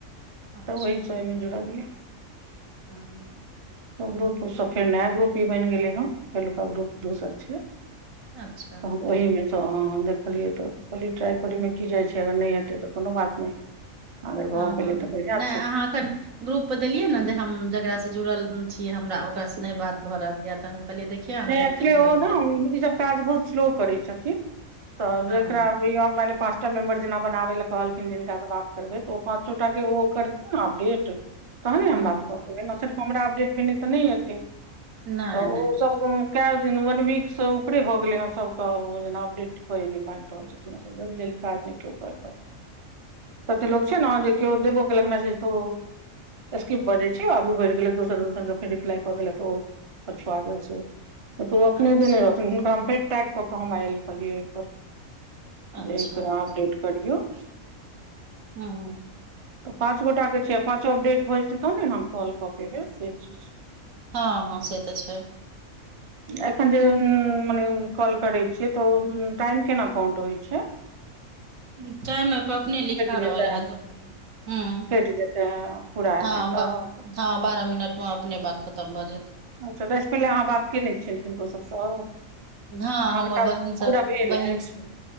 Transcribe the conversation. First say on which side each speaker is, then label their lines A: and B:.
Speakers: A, on the right; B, on the right.
A: अच्छा
B: तऽ ओहि सबहिमे जुड़लिय
A: हँ
B: तऽ ग्रुपसँ फेर नया ग्रुप भी बनि गेलै हँ पहिलुका ग्रुप दोसर छै तऽ
A: अच्छा
B: हम ओहिीमे त हँ देखलियै तऽ कहलियै ट्राइ करैमे की जाइ छै अगर नहि हेतै तऽ कोनो बात नहि अगर
A: हँ
B: भऽ पेलै
A: नहि
B: तऽ बढ़िआँ छै
A: अहाँ कन ग्रुप परे देलियै ने जे हम जेकरा से जुड़ल छीिय हमरा ओकरास से नहि बात भए रहल य तऽ हम कहलियै देखियै अहाँ अगर
B: एक्चुली
A: फ्री
B: ओ
A: होबै
B: ने
A: तऽ
B: ईसभ काज बहुत स्लो करै छथिन तऽ
A: हँ
B: जेकरा म प टा मेम्बर जेना बनाबे लए कहलखिन जिनका से बात करबै तऽ ओ पाँचोटा के ओ करथिन अपडेट तहने
A: हँ
B: हम बात कऽ देबै ने सिर्फ हमरा अपडेट भेने तऽ नहि एतै
A: नहि
B: तऽ
A: नहि
B: ओ कए दिन वन वीक से ऊपरे भऽ गेलै ह सबके जेना अपडेट क नहि पाबि रहल छथिन जल्दी जल्दी काज नहि केओ
A: हँ
B: ततऽ लोक छै ने जे के ओे दबोक केलेक मैसेज तो स्क्रिप बजे छै आगू बढ़ि गेल दोर दोसर के फे रिप्लाई क देले त ओ पछुआ गेल तऽ ओ अपने
A: अच्छा
B: दने रह हुनका हम फेर टैग कऽ के हम आयल छलाह एक
A: अच्छा
B: बेर अपडेट करियौ
A: हँ
B: ऽ पाँच गोटा के छै पाँचो अपडेट भऽ जेतै तौ ने कॉल क <unintelligible>
A: हँ हँ से तऽ छ
B: एखन जे मने कॉल करैत छियै तऽ ओ टाइम केना काउंट होइत छै
A: <inaudible> टाइम पर अपने लिखा
B: कटि
A: रहल
B: जेतै
A: हत ह हँ
B: कटि जेतै पूरा हेतै
A: हँ
B: तऽ
A: बारह मिनटमे अपने बात खतम भऽ जेतै
B: अच्छा तऽ एहिहिसँ पहिले अहाँ बात कयने छियनि किनको सभसँ
A: हँ
B: अहाँके
A: हमर
B: टास्क
A: बहिन
B: पूरा
A: सब
B: भेल
A: बहिन
B: अछि
A: छी